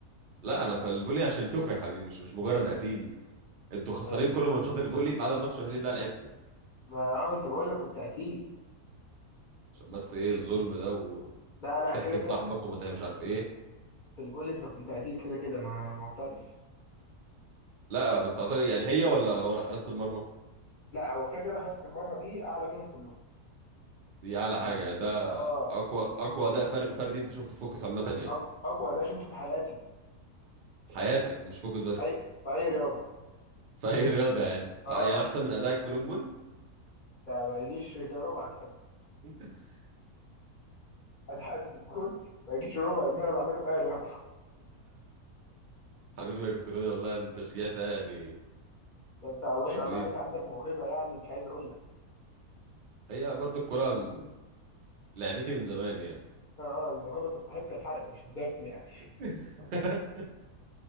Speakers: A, on the right (about 70°); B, on the left (about 45°).
A: لا انا في الفولي أنا شلتكوا يا حبيبي مش مش مجرد قتيل انتوا خسرانين
B: ما
A: كل ماتشات الفولي ما عدا الماتش الوحيد اللي انا لعبته
B: ما- اه انت بقول لك كنت قتيل
A: عشان بس
B: كنت
A: ايه
B: ش...
A: الظلم ده و...
B: لا لا
A: وتحكي
B: كده كده
A: لصاحبك
B: انت
A: وما تح- مش عارف ايه
B: في الفولي انت كنت قتيل كده كده انا معترف
A: لا بس اعتقد يعني هي ولا حراسة المرمى
B: لا هو كده كده حراسة المرمى دي اعلى منهم كلهم
A: دي اعلى
B: يعني
A: حاجة يعني ده
B: اه
A: اقوى اقوى اداء فرد فردي انت شفته في فوكس عامة يعني
B: أقوى, اقوى اداء شفته في حياتي
A: حياتك مش فوكس بس
B: اي في اي رياضة
A: <laughs> في اي رياضة يعني
B: اه
A: آه، يعني احسن من ادائك في لونج بول
B: ده ما يجيش ربع كده
A: <laughs>
B: <laughs> اداءك في الجون ما يجيش ربع ان انا بعمله في اي رياضة
A: حبيبي يا كابتن روني والله التشجيع ده يعني
B: ده انت ما شاء الله
A: حبيبي
B: عليك عندك موهبه يعني مش عايز اقول لك
A: هي برضو الكرة م- لعبتي من زمان يعني
B: اه آه، الموهبه تستحق الحرق مش الدفن يعني
A: <laughs>